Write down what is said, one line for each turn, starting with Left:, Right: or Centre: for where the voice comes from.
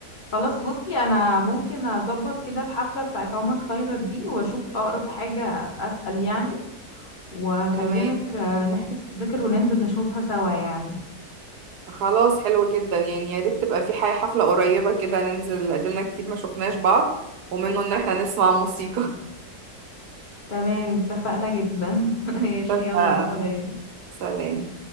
Left: خلاص بصي انا ممكن اظبط كده الحفله بتاعت عمر خيرت دي واشوف اقرب حاجه اسال يعني واكلمك
Right: <laughs> تمام
Left: آه، نحجز تذاكر وننزل نشوفها سوا يعني
Right: خلاص حلو جدا يعني يا ريت تبقى في حاجة حفلة قريبة كده ننزل قدلنا كتير ما شفناش بعض ومنه إن احنا نسمع موسيقى
Left: تمام اتفقنا جدا <laughs> ماشي
Right: <laughs> اتفقنا
Left: يلا سلام
Right: سلام